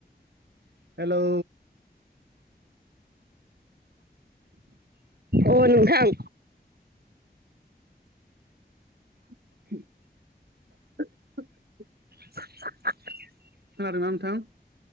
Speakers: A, on the right (about 85°); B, on the right (about 65°).
A: हेलौ
B: अ नोंथां।
A: <unintelligible>
B: <unintelligible>
A: खोनादों ना नोंथां?